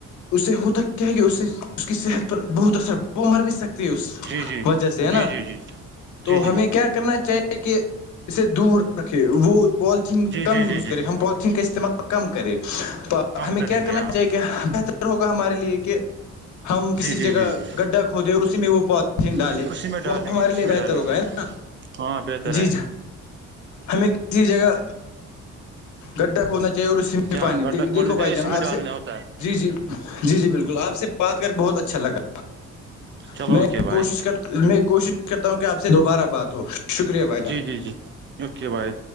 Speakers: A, on the left; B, on the right.
A: اسے ہوتا کیا ہے کہ اس سے اس کی صحت پر بہت اثرڑ وہ مر بھی سکتی اس
B: جی جی
A: وجہ سے ہے
B: جی
A: نا
B: جی
A: تو
B: جی
A: ہمیں
B: جی
A: کیا کرنا چاہیے کہ اسے دور رکھے وہ پالیتھیین
B: جی
A: کم
B: جی
A: یوز
B: جی جی
A: کرے ہم پالیتھیین کا استعمال کم کرے تو
B: کم
A: ہمیں
B: کریں
A: کیا کرنا
B: گے ہاں
A: چاہیے کہ بہتر ہوگا ہمارے لیے کہ ہم کسی
B: جی جی
A: جگہ
B: جی جی
A: گڈھا کھودے اور اسی میں وہ پالین ڈالے
B: جی اسی میں
A: وہ
B: ڈالیں
A: ہمارے
B: گے اسی
A: لیے
B: میں
A: بہتر
B: ڈالیں
A: ہوگا
B: گے
A: ہے نا
B: ہاں بہتر
A: جی
B: ہے
A: ج ہمیں کسی جگہ گڈھا کھونا چاہیے چاہے وہو سمیی
B: جہاں
A: پانی
B: گڈھا کھولنے
A: دیکھو
B: جائے
A: بھائی جان
B: اسی میں
A: آپ
B: ڈالنا
A: سے
B: ہوتا ہے
A: جی جی جی جی بالکل آپ سے بات کر کے بہت اچھا لگا
B: چلو
A: میں
B: اوکے بھائی
A: کوشش کر میں کوشش کرتا ہوں کہ آپ سے دوبارہ بات ہو شکریہ بھائی جان
B: جی جی جی اوکے بائے